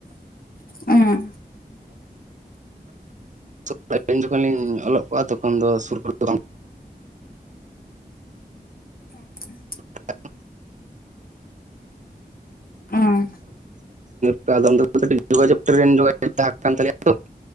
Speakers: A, on the left; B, on the right.
A: ᱚᱸ ᱾
B: <unintelligible> ᱟᱹᱞᱤᱧ ᱡᱚᱠᱷᱚᱱ ᱞᱤᱧ ᱚᱞᱚᱜ ᱠᱚᱜ-ᱟ ᱛᱚᱠᱷᱚᱱ ᱫᱚ ᱥᱩᱨ ᱠᱚᱨᱮ ᱫᱚ ᱵᱟᱝ
A: ᱦᱚᱸ ᱾
B: <unintelligible>
A: ᱩᱸ
B: <unintelligible> ᱡᱚᱜᱟᱡᱳᱜ ᱴᱨᱮᱱ ᱡᱚᱜᱟᱡᱳᱜ ᱛᱟᱦᱮᱸᱠᱟᱱ ᱛᱟᱞᱮᱭᱟ ᱛᱚ ᱾